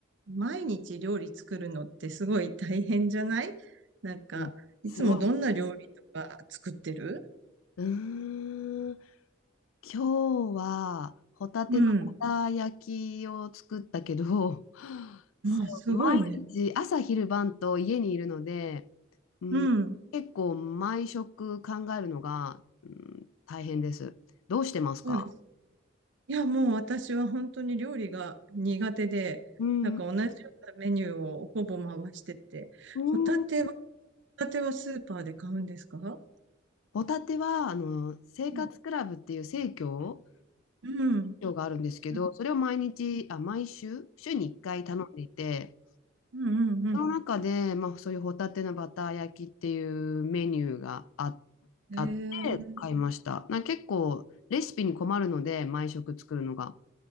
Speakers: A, on the right (about 65°); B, on the left (about 85°).
A: 毎日料理作るのってすごい大変じゃないなんか、
B: うんすごい。
A: いつもどんな料理とか作ってる
B: うーん、今日はホタテのホタ焼きを作ったけど、
A: うん。
B: <laughs>
A: もうすごいね。
B: そう、毎日朝昼晩と家にいるので、うん、
A: うん。
B: 結構毎食考えるのが、うん、大変です。どうしてますか
A: そうです。いや、もう私は本当に料理が苦手で、
B: うん、
A: なんか同じようなメニューをほぼ回してて、
B: う
A: ホタテは、
B: ん
A: ホタテはスーパーで買うんですか
B: ホタテはあの生活クラブっていう生協
A: うん。うん。
B: があるんですけど、
A: うん
B: それを毎日、あ、毎週、週に1回頼んでいて、
A: うんうん。
B: その中で、まあ、そういうホタテのバター焼きっていうメニューがあ、
A: ええー、
B: あって買いました。なんか結構レシピに困るので、毎食作るのが。